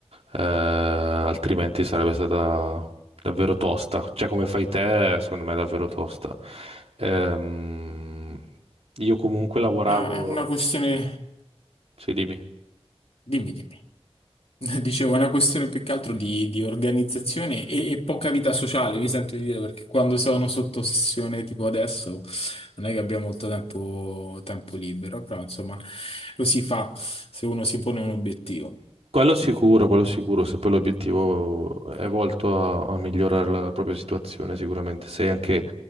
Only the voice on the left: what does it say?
È è una questione...
Dimmi, dimmi. <laughs> Dicevo, è una questione più che altro di, di organizzazione e, e poca vita sociale, mi sento di dire, perché quando sono sotto sessione tipo adesso non è che abbiamo molto tempo, tempo libero, però insomma lo si fa se uno si pone un obiettivo.